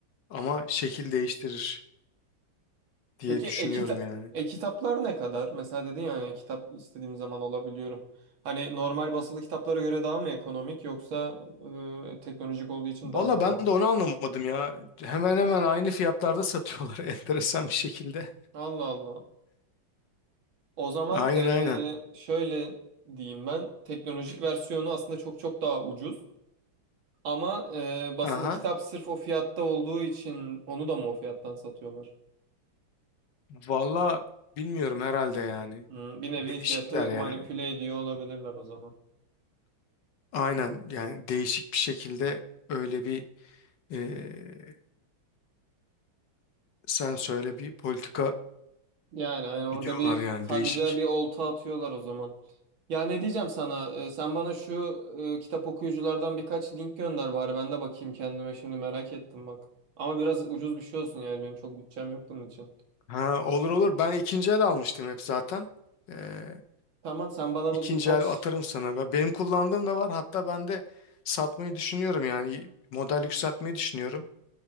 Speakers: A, on the left (about 65°); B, on the right (about 80°).
A: ama şekil değiştirir diye
B: Peki
A: düşünüyorum
B: e-kita-
A: yani.
B: e-kitaplar ne kadar? Mesela dedin ya hani kitap istediğim zaman alabiliyorum. Hani normal basılı kitaplara göre daha mı ekonomik yoksa e, teknolojik olduğu için
A: Valla
B: daha mı pahalı?
A: ben de onu anlamadım ya. Hemen hemen aynı fiyatlarda satıyorlar <laughs> enteresan bir şekilde.
B: Allah Allah. O zaman
A: Aynen
B: eee,
A: aynen.
B: şöyle diyeyim ben. Teknolojik versiyonu aslında çok çok daha ucuz. Ama eee, basılı
A: Aha.
B: kitap sırf o fiyatta olduğu için onu da mı o fiyattan satıyorlar?
A: Valla bilmiyorum herhalde yani.
B: Hmm, bir nevi
A: Değişikler
B: fiyatı
A: yani.
B: manipüle ediyor olabilirler o zaman.
A: Aynen yani değişik bir şekilde öyle bir eee, sen söyle bir politika
B: Yani hani orada
A: gidiyorlar
B: bir
A: yani
B: kanca
A: değişik.
B: bir olta atıyorlar o zaman. Ya ne diyeceğim sana? Eee, sen bana şu eee, kitap okuyuculardan birkaç link gönder bari ben de bakayım kendime şimdi merak ettim bak. Ama biraz ucuz bir şey olsun yani benim çok bütçem yok bunun için.
A: Ha olur olur ben ikinci el almıştım hep zaten. Eee
B: Tamam sen bana
A: ikinci
B: bu birkaç
A: el atarım sana. Ve Benim kullandığım da var hatta ben de satmayı düşünüyorum yani model yükseltmeyi düşünüyorum.